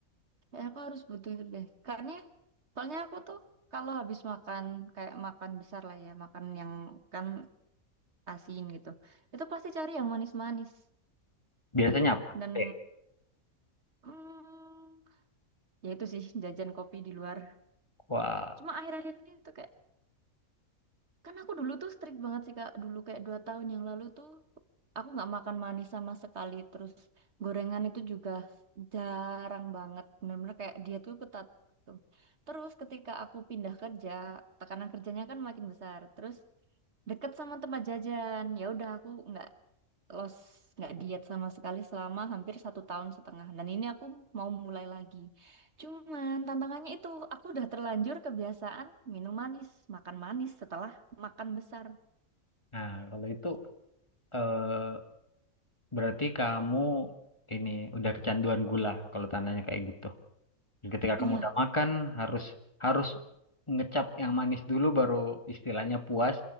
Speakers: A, on the right; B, on the left.
A: kayak aku harus butuh itu deh. Karena soalnya aku tuh kalau habis makan kayak makan besar lah ya, makan yang kan asin gitu. Itu pasti cari yang manis-manis
B: Biasanya apa?
A: dan
B: Eh,
A: mm, ya itu sih jajan kopi di luar.
B: wah,
A: Cuma akhir-akhir ini tuh kayak Kan aku dulu tuh strict banget sih Kak. Dulu kayak dua tahun yang lalu tuh aku nggak makan manis sama sekali. Terus gorengan itu juga jarang banget. Bener-bener kayak dia tuh ketat tuh. Terus ketika aku pindah kerja, tekanan kerjanya kan makin besar. Terus deket sama tempat jajan. Ya udah aku nggak los nggak diet sama sekali selama hampir satu tahun setengah dan ini aku mau mulai lagi cuman tantangannya itu aku udah terlanjur kebiasaan minum manis makan manis setelah makan besar
B: Nah, kalau itu eh, berarti kamu ini udah kecanduan gula kalau tandanya kayak gitu. Jadi ketika
A: iya
B: kamu udah makan harus harus ngecap yang manis dulu baru istilahnya puas.